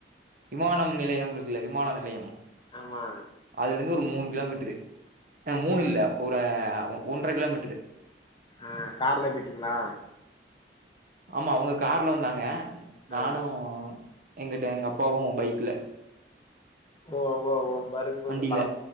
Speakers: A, on the right; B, on the left.
A: விமானம் நிலையம் இருக்குல்ல விமான நிலையம்
B: ஆமா
A: அதுலேந்து ஒரு மூணு கிலோமீட்ரு ஆ மூணு இல்ல ஒரு ஒன்ற கிலோமீட்ரு
B: ஆ கார்லே பேய்ட்டிங்ளா
A: ஆமா அவங்க கார்ல வந்தாங்க நானு
B: ஆ
A: எங்கிட்ட எங்க அப்பாவு பைக்ல
B: ஓ ஓ ஓ பருகுமன்ல
A: வண்டில